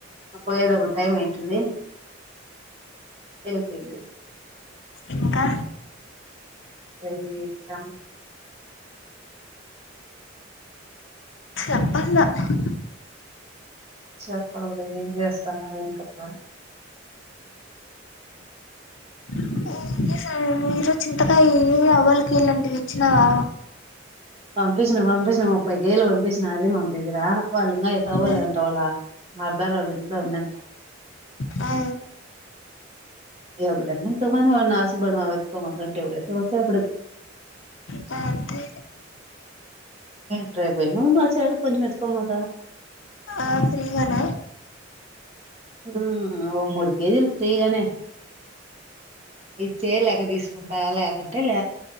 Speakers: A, on the right; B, on the left.
A: పోయేటప్పుడు టైం అయితుంది ఎలుకేంటి
B: ఇంకా
A: కైతం
B: చెప్పాలా హు
A: చెప్పు ఏం చేస్ సన్నావు ఏం కథ
B: ఏం చేసావ్ మీరు చింతకాయ అవల్ కిలాంటివి వచ్చినవా
A: పం పంపించిన ముప్పై కేలు పంపించిన హరిమం దగ్గర వాళ్ళు ఇంకా ఎక్క పోలేదంట
B: ఆ
A: వాళ్ళ ఉందం మరదలు వాళ్ళ ఇంట్లో ఉంద
B: ఆ
A: ఎవడన్నా ఎట్లన్నా పోనీ వాళ్లే నాశనం <unintelligible> త మావడేడ
B: తాంతే
A: నేను రేపు పోయిన మా చెల్లెలికి కొంచెం ఎత్తుకొని పోతా
B: ఆ ఫ్రీగానా
A: ఆ ఒకఓ మూడు కేజీలు ఫ్రీగానే ఇచ్చే లేక తీసుకుంటా లేక ఎంటల